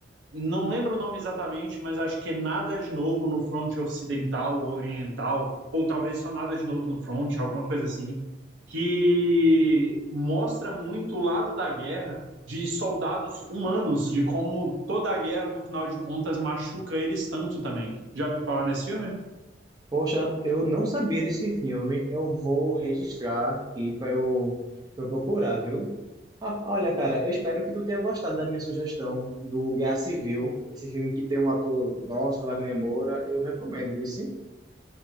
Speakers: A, on the right; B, on the right.
A: não lembro o nome exatamente, mas acho que é Nada de Novo no Fronte Ocidental ou Oriental, ou talvez só Nada de Novo no Fronte, alguma coisa assim, que mostra muito o lado da guerra de soldados humanos, de como toda a guerra, no final de contas, machuca eles tanto também. Já ouviu falar nesse filme?
B: Poxa, eu não sabia desse filme. Eu vou registrar aqui para eu, pra eu procurar, viu? Ah, olha, cara, eu espero que tu tenha gostado da minha sugestão do Guerra Civil, esse filme que tem um ator nosso, Wagner Moura. Eu recomendo, viu? Sim?